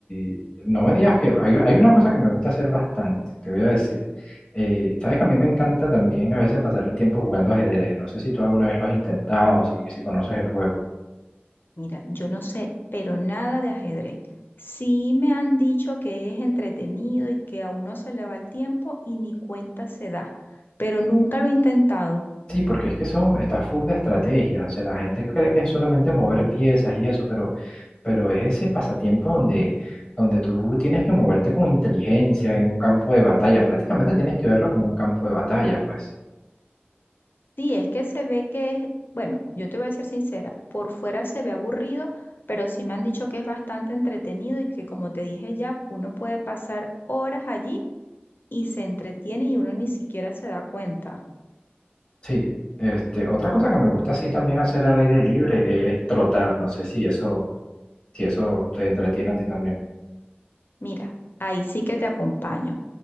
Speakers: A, on the left; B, on the left.
A: y no me digas que hay, hay una cosa que me gusta hacer bastante, te voy a decir. Eh, sabes que a mí me encanta también a veces pasar el tiempo jugando ajedrez. No sé si tú alguna vez lo has intentado, si, si conoces el juego.
B: Mira, yo no sé, pero nada de ajedrez. Sí me han dicho que es entretenido y que a uno se le va el tiempo y ni cuenta se da, pero nunca lo he intentado.
A: Sí, porque es que eso está full de estrategias. O sea, la gente cree que es solamente mover piezas y eso, pero, pero es ese pasatiempo donde, donde tú tienes que moverte con inteligencia en un campo de batalla. Prácticamente tienes que verlo como un campo de batalla, pues.
B: Sí, es que se ve que es, bueno, yo te voy a ser sincera, por fuera se ve aburrido, pero sí me han dicho que es bastante entretenido y que como te dije ya, uno puede pasar horas allí y se entretiene y uno ni siquiera se da cuenta.
A: Sí, este, otra cosa que me gusta así también hacer al aire libre es trotar. No sé si eso, si eso te entretiene a ti también.
B: Mira, ahí sí que te acompaño.